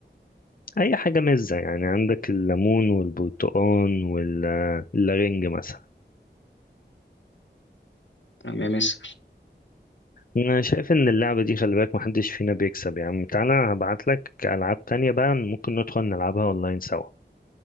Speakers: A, on the left; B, on the left.
A: اي حاجه مزه يعني عندك الليمون والبرتقال والرنج مثلا
B: تمام يا مس
A: انا شايف ان اللعبه دي خلي بالك محدش فينا بيكسب يا عم تعالى هبعت لك العاب تانية بقى ممكن ندخل نلعبها اونلاين سوا